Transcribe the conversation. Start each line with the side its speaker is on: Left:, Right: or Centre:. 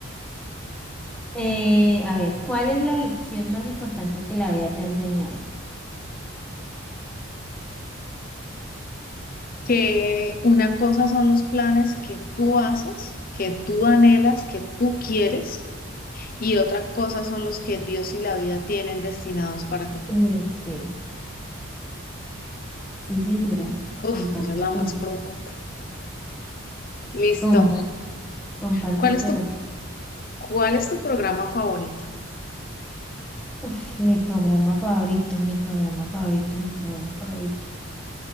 Centre: Eh, a ver, ¿cuál es la lección más importante que la vida te ha enseñado?
Left: que una cosa son los planes que tú haces, que tú anhelas, que tú quieres, y otra cosa son los que Dios y la vida tienen destinados para ti.
Centre: Uy, sí, sí, señora,
Left: Uf,
Centre: comparto
Left: esa es la
Centre: tú.
Left: más profunda. Listo.
Centre: Comparto, <laughs> comparto
Left: ¿Cuál
Centre: tu
Left: es tu,
Centre: respuesta.
Left: cuál es tu programa favorito?
Centre: Uf, mi programa favorito, mi programa favorito, mi programa favorito.